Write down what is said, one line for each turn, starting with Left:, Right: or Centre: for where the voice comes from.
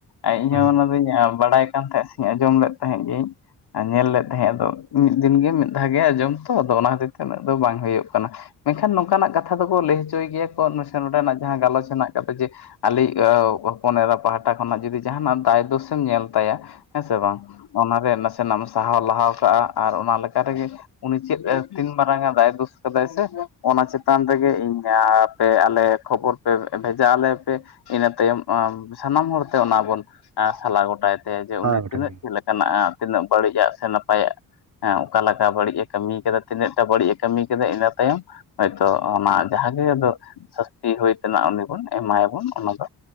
Left: ᱟᱨ ᱤᱧᱦᱚᱸ
Right: ᱦᱮᱸ
Left: ᱚᱱᱟ ᱫᱚᱧ ᱵᱟᱲᱟᱭ ᱠᱟᱱ ᱛᱟᱦᱮᱸᱫ ᱥᱮᱧ ᱟᱸᱡᱚᱢ ᱞᱮᱫ ᱛᱟᱦᱮᱸᱫ ᱜᱤᱭᱟᱹᱧ ᱧᱮᱞ ᱞᱮᱫ ᱛᱟᱦᱮᱸᱜ ᱟᱫᱚᱜ ᱢᱤᱫ ᱫᱤᱱ ᱜᱮ ᱢᱤᱫ ᱫᱷᱟᱣ ᱜᱮ ᱟᱸᱡᱚᱢ ᱛᱚ ᱟᱫᱚ ᱚᱱᱟ ᱠᱷᱟᱛᱤᱨ ᱛᱮ ᱩᱱᱟᱹᱜ ᱫᱚ ᱵᱟᱝ ᱦᱩᱭᱩᱜ-ᱟ ᱾ ᱢᱮᱱᱠᱷᱟᱱ ᱱᱚᱝᱠᱟᱱᱟᱜ ᱠᱟᱛᱷᱟ ᱫᱚᱠᱚ ᱞᱟᱹᱭ ᱦᱚᱪᱚᱭ ᱜᱮᱭᱟ ᱠᱚ ᱱᱚᱭᱥᱮ ᱱᱚᱰᱮᱱᱟᱜ ᱡᱟᱦᱟᱸ ᱜᱟᱞᱚᱪ ᱦᱮᱱᱟᱜ ᱟᱠᱟᱫᱟ ᱡᱮ ᱟᱞᱤᱭᱤᱜ ᱚᱻ ᱦᱚᱯᱚᱱ ᱮᱨᱟ ᱯᱟᱦᱴᱟ ᱠᱷᱚᱱᱟᱜ ᱡᱩᱫᱤ ᱡᱟᱦᱟᱱᱟᱜ ᱫᱟᱭ ᱫᱳᱥ ᱮᱢ ᱧᱮᱞ ᱛᱟᱭᱟ ᱦᱮᱸ ᱥᱮᱮ ᱵᱟᱝ ᱚᱱᱟᱨᱮ ᱱᱟᱥᱮᱱᱟᱜ ᱮᱢ ᱥᱟᱦᱟᱣ - ᱞᱟᱦᱟᱣ ᱠᱟᱜᱼᱟ ᱟᱨ ᱚᱱᱟ ᱞᱮᱠᱟ ᱨᱮᱜᱮ ᱩᱱᱤ ᱪᱮᱫ ᱮ ᱛᱤᱱ ᱢᱟᱨᱟᱝ ᱮ ᱫᱟᱭ ᱫᱳᱥ ᱠᱟᱫᱟᱭ ᱥᱮ ᱚᱱᱟ ᱪᱮᱛᱟᱱ ᱨᱮᱜᱮ ᱤᱧ ᱟᱻᱯ ᱯᱮ ᱟᱞᱮ ᱠᱷᱚᱵᱚᱨ ᱯᱮ ᱵᱷᱮᱡᱟ ᱟᱞᱮ ᱯᱮ ᱤᱱᱟᱹ ᱛᱟᱭᱚᱢ ᱟᱢ ᱥᱟᱱᱟᱢ ᱦᱚᱲᱛᱮ ᱚᱱᱟ ᱵᱚᱱ ᱟ ᱥᱟᱞᱟ ᱜᱚᱴᱟᱭ ᱛᱟᱭᱟ ᱡᱮ
Right: ᱦᱳᱭ
Left: ᱩᱱᱤ
Right: ᱜᱚᱴᱟᱜᱮ
Left: ᱛᱤᱱᱟᱹᱜ ᱪᱮᱫ ᱞᱮᱠᱟᱱᱟᱜ ᱛᱤᱱᱟᱹᱜ ᱵᱟᱹᱲᱤᱡᱟᱜ ᱥᱮ ᱱᱟᱯᱟᱭᱟᱜ ᱦᱮᱸ ᱚᱠᱟ ᱞᱟᱠᱟ ᱵᱟᱹᱲᱤᱡ ᱮ ᱠᱟᱹᱢᱤ ᱠᱟᱫᱟ ᱛᱤᱱᱟᱹᱜ ᱴᱟ ᱵᱟᱹᱲᱤᱡ ᱮ ᱠᱟᱹᱢᱤ ᱠᱮᱫᱟᱭ ᱤᱱᱟᱹ ᱛᱟᱭᱚᱢ ᱦᱚᱭᱛᱳ ᱚᱱᱟ ᱡᱟᱦᱟᱸ ᱜᱮ ᱟᱫᱚ ᱥᱟᱹᱥᱛᱤ ᱦᱩᱭ ᱛᱮᱱᱟᱜ ᱩᱱᱤ ᱵᱚᱱ ᱮᱢᱟᱭᱟᱵᱩᱱ ᱚᱱᱟ ᱫᱚ